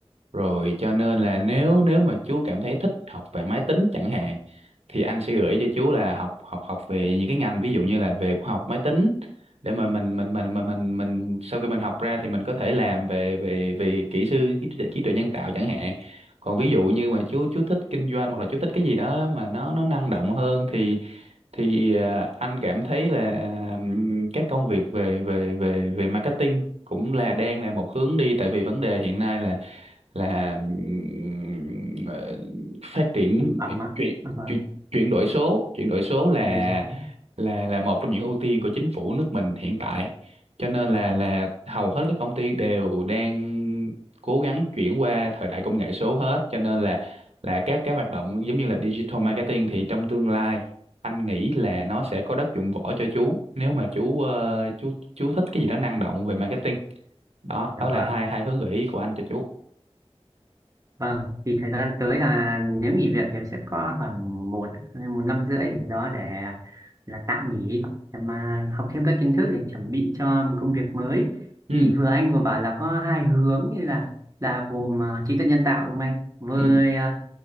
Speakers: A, on the right; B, on the right.
A: Rồi cho nên là nếu nếu mà chú cảm thấy thích học về máy tính chẳng hạn thì anh sẽ gửi cho chú là học học học về những cái ngành ví dụ như là về khoa học máy tính để mà mình mình mình mình mình mình sau khi mình học ra thì mình có thể làm về về về kỹ sư trí tuệ, trí tuệ nhân tạo chẳng hạn. Còn ví dụ như mà chú chú thích kinh doanh hoặc là chú thích cái gì đó mà nó nó năng động hơn thì thì ờ, anh cảm thấy là ừm, các công việc về về về về marketing cũng là đang là một hướng đi tại vì vấn đề hiện nay là là ừm, ờ, phát triển
B: sản phẩm
A: ờ,
B: ạ.
A: chuyển
B: Dạ vâng,
A: chuyển chuyển đổi số chuyển đổi số là
B: đời sống.
A: là là một trong những ưu tiên của chính phủ nước mình hiện tại cho nên là là hầu hết các công ty đều đang cố gắng chuyển qua thời đại công nghệ số hết cho nên là là các cái hoạt động giống như là digital marketing thì trong tương lai anh nghĩ là nó sẽ có đất dụng võ cho chú nếu mà chú ờ, chú chú thích cái gì đó năng động về marketing đó đó
B: Dạ
A: là
B: vâng.
A: hai hai hướng gợi ý của anh cho chú
B: Vâng, thì thời gian tới là nếu nghỉ việc thì sẽ có khoảng một một năm rưỡi gì đó để là tạm nghỉ để mà học thêm các kiến thức để chuẩn bị cho một công việc mới.
A: ừ
B: Thì vừa anh vừa bảo là có hai hướng như là là gồm à, trí tuệ nhân tạo đúng không anh? Với
A: ừ.
B: à,